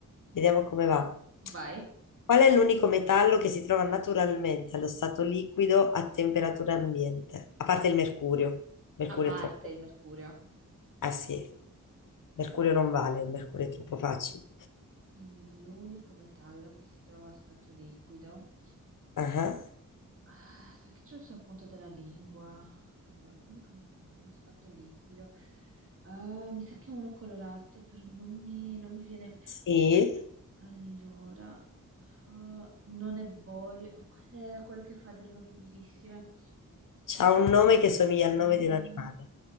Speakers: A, on the left; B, on the right.
A: vediamo come va.
B: Vai.
A: Qual è l'unico metallo che si trova naturalmente allo stato liquido a temperatura ambiente? A parte il mercurio. Mercurio
B: A parte
A: è troppo...
B: il mercurio.
A: Ah sì, mercurio non vale, il mercurio è troppo facile.
B: Quindi l'unico metallo che si trova a stato liquido.
A: Ah,
B: Ah, sai che c'è sul punto della lingua. Allora, l'unico metallo, stato liquido. Ah, mi sa che è uno colorato, però non mi, non mi viene.
A: Sì.
B: Allora, ah, non è borio. Qual era quello che fa delle robe bellissime?
A: C'ha un nome che somiglia
B: Ah,
A: al nome di un animale,